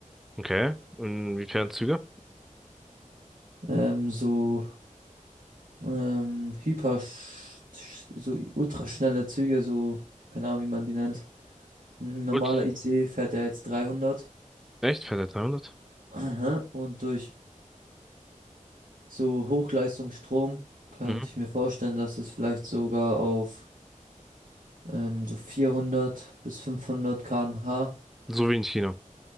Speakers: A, in the centre; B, on the right (about 70°).
A: Okay. Inwiefern Züge?
B: ähm, so ähm, hyper, sch- so ultraschnelle Züge, so, keine Ahnung, wie man die nennt. Ein normaler
A: Gut.
B: IC fährt er jetzt dreihundert
A: Echt? Fährt er 300?
B: Aha. Und durch so Hochleistungsstrom könnte
A: Mhm.
B: ich mir vorstellen, dass es vielleicht sogar auf ähm, so 400 bis 500 km/h
A: So wie in China.